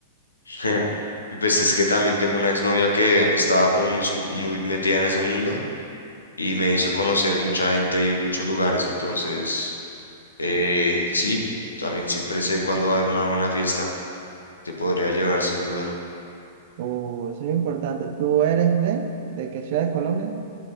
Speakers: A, on the left; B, on the right.
A: <laughs> y pues es que también tengo una exnovia que estaba como muy, sum- muy metida en ese mundo y me hizo conocer mucha gente y muchos lugares. Entonces, Eh, sí, también siempre sé cuándo dar una buena fiesta. Te podría llevar sin duda.
B: Uh, eso es importante. ¿Tú eres de, de qué ciudad de Colombia?